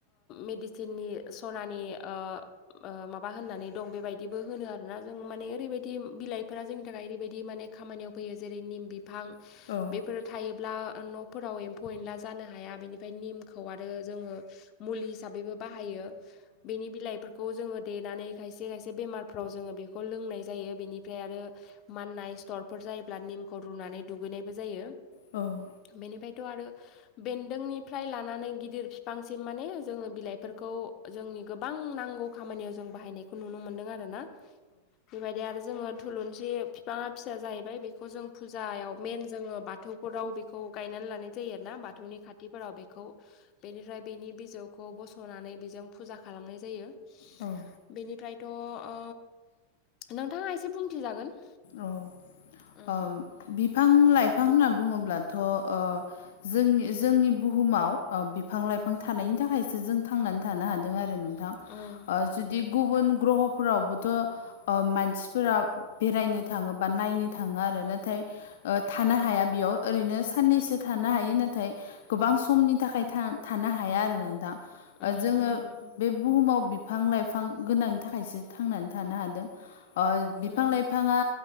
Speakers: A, on the left; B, on the left.
A: मेडिसिननि सनानि ओ माबा होननानै दं बेबायदिबो होनो आरोना जों माने ओरैबायदि बिलाइफोरा जोंनि थाखाय ओरैबायदि माने खामानियाव फैयो जेरै निम बिफां
B: औ
A: बेफोर थोयोब्ला न'फोराव एमफौ एनला जानो हाया बेनिफ्राय निमखौ आरो जों मुलि हिसाब हिसाबैबो बाहायो बेनि बिलाइफोर खौ जोंङो देनानै खायसे खायसे बेमारफ्राव जोंङो बेखौ लोंनाय जायो बेनिफ्राय आरो माननाय स्थरफोर जायोब्ला निमखौ रुनानै दुगैनायबो जायो
B: औ
A: बेनिफ्रायथ' आरो बेन्दोंनिफ्राय लानानै गिदिर बिफांसिम माने जोंङो बिलाइफोरखौ जोंनि गोबां नांगौ खामानियाव जों बाहायनायखौ नुनो मोनदों आ रोना बेबायदि आरो जोंङो थुलुंसि बिफाङा फिसा जाहैबाय बेखौ जों फुजायाव मेन जोंङो बाथौ खराव बेखौ गायनानै लानाय जायो आरो ना बाथौनि खाथिफोराव बेखौ बेनिफ्राय बेनि बिजौ खौ बस'नानै बेजों फुजा खालामनाय जायो
B: औ
A: बेनिफ्रायथ' ओ नोंथांङा एसे बुंथिजागोन
B: औ
A: उम
B: बिफां लाइफां होनना बुंङोब्लाथ' ओ जोंनि जोंनि बुहुमाव ओ बिफां लाइ फां थानायनि
A: उम
B: थाखायसो जों थांनानै थानो हादों आरो नोंथां
A: उम
B: ओ जुदि गुबुन ग्रह फोरावबोथ'ओ मानसिफोरा बेरायनो थाङोबा नायनो थांङो नाथाय ओ थानो
A: उम
B: हाया बेयाव ओरैनो सानैसो थानो हायो नाथाय गोबां समनि थाखाय थानो हाया आरो नोंथां
A: उम
B: जोंङो बे बुहुमाव बिफां लाइफां गोनांनि थाखायसो थांनानै थानो हादों। ओ बिफां
A: उम
B: लाइफांङा